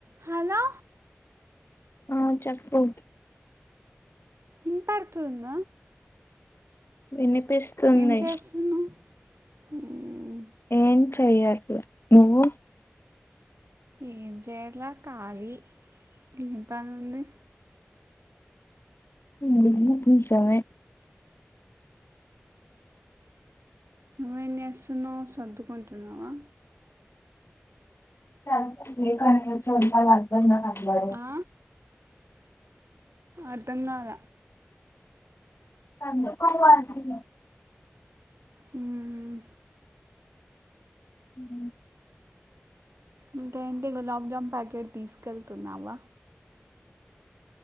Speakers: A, on the right; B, on the left.
A: హలో
B: ఆ చెప్పు
A: విన్ పడుతుంద
B: వినిపిస్తుంది
A: ఏం చేస్తున్నావు మ్మ్.
B: ఏం చెయ్యట్లా నువ్వు
A: ఏం చేయట్ల కాలీ ఏం పన్ద్
B: <unintelligible>
A: నువెం చేస్తునావ్ సర్దుకుంటున్నావా
B: <inaudible>
A: ఆ, అర్థం కాల
B: <inaudible>
A: ఉమ్
B: ఉమ్
A: ఇంకేంటి గులాబ్జామ్ ప్యాకెట్ తీస్కెళ్తున్నామ్